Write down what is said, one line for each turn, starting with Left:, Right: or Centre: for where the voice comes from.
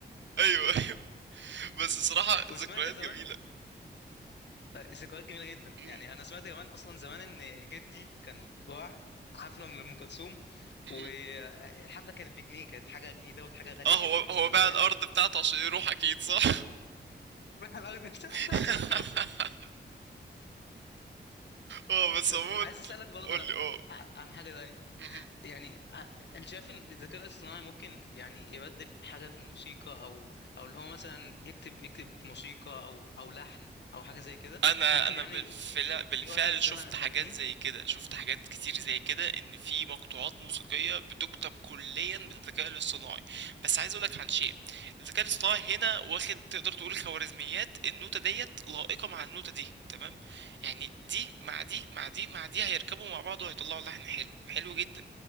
Right: ايوه ايوه بس الصراحة
Left: <laughs> وسمعت
Right: ذكريات
Left: زمان
Right: جميلة
Left: آه، ذكريات جميله جدا
Right: م-
Left: يعني انا سمعت كمان اصلا زمان ان جدي كان راح حفله لام كلثوم
Right: م.
Left: والحفله كانت بجنيه كانت حاجه جنيه دوت حاجه غاليه
Right: اه هو
Left: جدا اصلا
Right: هو باع
Left: زمان
Right: الارض بتاعته عشان يروح اكيد صح
Left: روح الارض <laughs> بتاعته
Right: <laughs>
Left: عشان يموت
Right: اه بس
Left: طب
Right: عموما
Left: عايز اسالك برضه
Right: قول لي اه
Left: ع- عن حاجه تانية
Right: مهم.
Left: يعني ع- انت شايف ان الذكاء الاصطناعي ممكن يعني يبدل حاجه في الموسيقى او او اللي هو مثلا يكتب يكتب موسيقى او او لحن او حاجه زي كده
Right: انا
Left: ممكن
Right: انا
Left: يعني
Right: بالفعل
Left: في- <laughs>
Right: بالفعل
Left: يجي وقت يستغنى
Right: شفت
Left: عن الفنانين
Right: حاجات زي كده شفت حاجات كتير زي كده ان في مقطوعات موسيقيه بتكتب كليا بالذكاء الاصطناعي بس عايز اقولك عن شيء الذكاء الاصطناعي هنا واخد تقدر تقول خوارزميات النوتة ديت لائقه مع النوتة دي تمام يعني دي مع دي مع دي مع دي هيركبوا مع بعض وهيطلعوا لحن حلو حلو جدا